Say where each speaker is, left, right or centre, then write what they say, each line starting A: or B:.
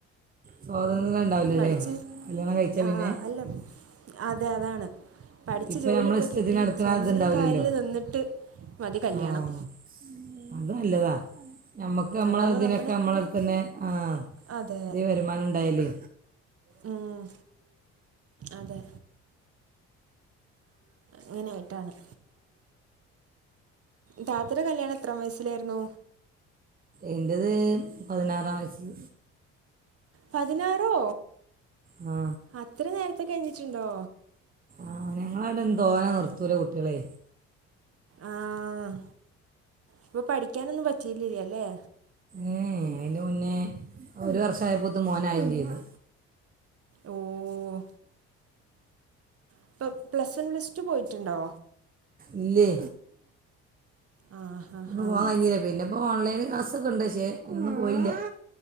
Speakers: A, on the right; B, on the right.
A: സ്വാതന്ത്ര്യം ഉണ്ടാവില്ലല്ലേ
B: പഠിച്ച്
A: കല്യാണം കഴിച്ച
B: ആഹ്
A: പിന്നെ
B: അല്ല അതെ അതാണ്. പഠിച്ച്
A: ഇപ്പൊ
B: ജോലിയൊക്കെ
A: നമ്മള ഇഷ്ടത്തിന്
B: കിട്ടി
A: നടക്കണ
B: സ്വന്തം
A: ഇത്ണ്ടാവില്ലല്ലോ
B: കാലിൽ നിന്നിട്ട് മതി കല്യാണം.
A: ആഹ് അത് നല്ലതാ നമ്മുക്ക് നമ്മളതിനൊക്കെ
B: അതാകുമ്പോൾ നമ്മുടെയൊക്കെ
A: നമ്മള് തന്നെ ആ
B: അതെ
A: ഇത് വരുമാനം ഉണ്ടായല്.
B: ഉം അതെ. അങ്ങനെയായിട്ടാണ് ത്താതെടെ കല്യാണം എത്രാം വയസ്സിലായിരുന്നു.
A: എന്റത് പതിനാറാം വയസ്.
B: പതിനാറോ
A: ആ
B: അത്ര നേരത്തെ കഴിഞ്ഞിട്ടുണ്ടോ.
A: ആഹ് ഞങ്ങളവ്ടെന്നും തോനെ നിർത്തൂല കുട്ടിഴളെ
B: ആഹ് ഇപ്പൊ പഠിക്കാനൊന്നും പറ്റിട്ടില്ലല്ലേ
A: ഏഹ് അതിന്റെ മുന്നേ ഒരു വർഷയപ്പോത്തുംമോനായും ചെയ്തു.
B: ഓഹ് ഇപ്പ പ്ലസ് വൺ പ്ലസ് ടു പോയിട്ടുണ്ടോ..
A: ഇല്ലേ
B: ആ ഹാ
A: ഒന്ന്
B: ഹാ
A: പോകാൻകഴിഞ്ഞില്ല പിന്നെ.. ഇപ്പൊ ഓൺലൈന് ക്ലാസ്സോക്കെണ്ട് പക്ഷേ ഒന്നും പോയില്ല